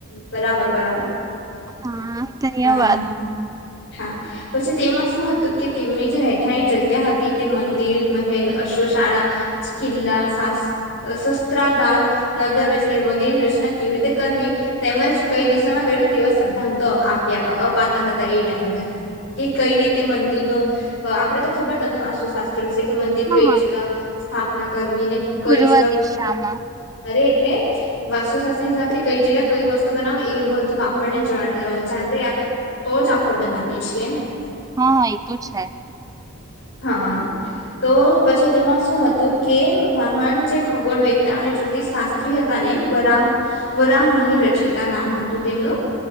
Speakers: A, on the left; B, on the right.
A: બરાબર બરાબર.
B: હા ધન્યવાદ.
A: હા હા, પછી તેમાં શું હતું કે તેમની જે રહેઠાની જગ્યા હતી તે મંદિર મહેલ અશ્વશાળા, કિલ્લા ચત્રગાર, નગર વ વગેરેની રચના કેવી રીતે કરવી તેમજ કઈ દિશામાં કરવી તેવા સિદ્ધાંતો આપ્યા અપાતા હતા એ ટાઈમે, કે કઈ રીતે મંદિર ન આપણેે તો ખબર તમને વાસ્તુશાસ્ત્ર શેખ મંદિર
B: હા
A: કઈ
B: હા
A: જગ સ્થાપના વીને કઈ
B: પૂર્વ
A: જગ
B: દિશામાં
A: અરે એટલે, વાસ્તુશાસ્ત્ર હિસાબથી કઈ જગ્યા કઈ વસ્તુ બનાવે એ બધું હા આપણને જાણકારી આપે. તો જ આપડણે બનાવીએ છીએ ને.
B: હા એ તો છે.
A: હા, તો પછી તેમાં શું હતું કે મહાન જે ખગોળ વેદતા અને જ્યોતિષ શાસ્ત્રી હતા ને વરા, વરામિહ રચિતા નામ હતું તેમનું.